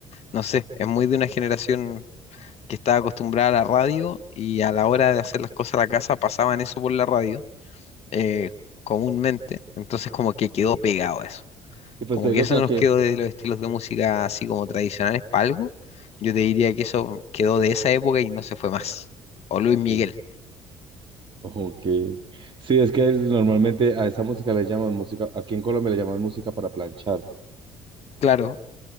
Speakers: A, on the left; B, on the right.
A: no sé, es muy de una generación que estaba acostumbrada a la radio y a la hora de hacer las cosas a la casa pasaban eso por la radio eh, comúnmente. Entonces como que quedó pegado eso.
B: Y pues
A: Como
B: te digo
A: que eso
B: que aquí.
A: nos quedó de los estilos de música así como tradicionales para algo. Yo te diría que eso quedó de esa época y no se fue más. O Luis Miguel.
B: Sí. Ok. Sí, es que el- normalmente a esa música le llaman música, aquí en Colombia le llaman música para planchar.
A: Claro,